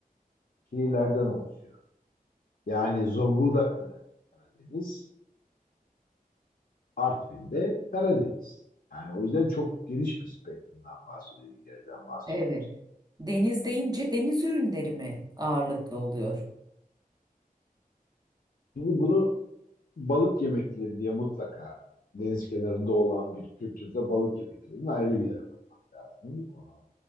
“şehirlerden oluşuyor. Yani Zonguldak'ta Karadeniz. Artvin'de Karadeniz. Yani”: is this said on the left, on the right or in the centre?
Left